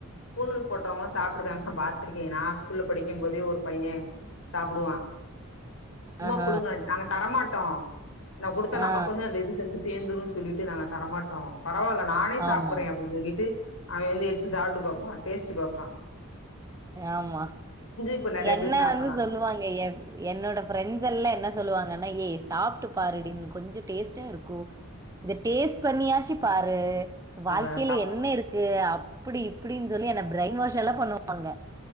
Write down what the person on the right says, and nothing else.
ஆஹ.
ஆ.
ஆமா.
ஆமா
என்ன
வந்து சொல்லுவாங்க எ என்னோட ஃப்ரெண்ட்ஸ் எல்லா என்ன சொல்லுவாங்கன்னா ஏய் சாப்ட்டு பாருடினு கொஞ்சோ டேஸ்ட்டா இருக்கு இத டேஸ்ட் பண்ணியாச்சு பாரு வாழ்க்கையில
என்ன இருக்கு அப்டி இப்டின் சொல்லி என்ன பிரென் வாஷ்ல்லா பண்ணுவாங்க